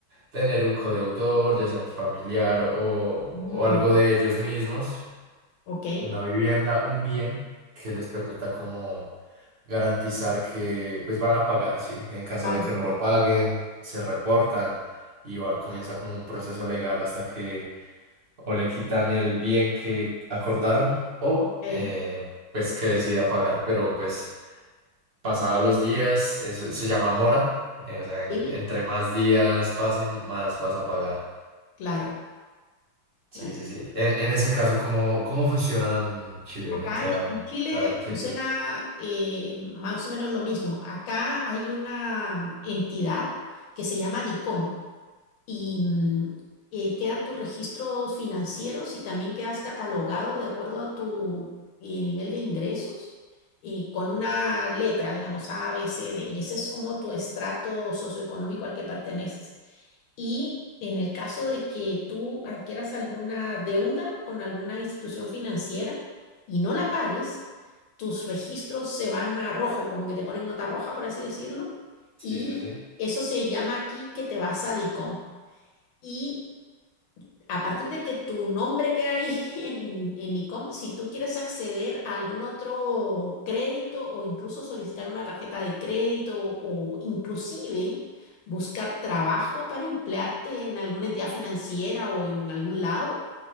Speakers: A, on the right; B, on the left.
A: tener un codeudor, ya sea un familiar o, o
B: Mm,
A: algo de ellos mismos,
B: ok,
A: una vivienda, un bien que les permita como garantizar que pues van a pagar, ¿sí? En caso
B: vale,
A: de que no lo paguen, se reportan y va- comienza como un proceso legal hasta que o le quitan el bien que acordaron o
B: ok.
A: eh, pues que decida pagar. Pero pues pasados los días, eso se llama mora, eh, o sea, en-
B: Sí,
A: entre más días pasen, más vas a pagar.
B: claro,
A: Sí,
B: claro.
A: sí, sí. En, en ese caso, ¿cómo, cómo funciona en Chile?
B: Acá
A: Me queda
B: en en Chile
A: esa inquietud.
B: funciona eh, más o menos lo mismo. Acá hay una entidad que se llama DICOM y mm, eh, quedan tus registros financieros y también quedas catalogado de acuerdo a tu eh, nivel de ingresos y con una letra, digamos A, B, C, D. Y ese es como tu estrato socioeconómico al que perteneces. Y en el caso de que tú adquieras alguna deuda con alguna institución financiera y no la pagues, tus registros se van a rojo, como que te ponen nota roja, por así decirlo.
A: Sí,
B: Y
A: sí, sí.
B: eso se llama aquí que te vas a DICOM. Y a partir de que tu nombre que hay <laughs> en, en ICOM, si tú quieres acceder a algún otro crédito o incluso solicitar una tarjeta de crédito o inclusive buscar trabajo para emplearte en alguna entidad financiera o en algún lado,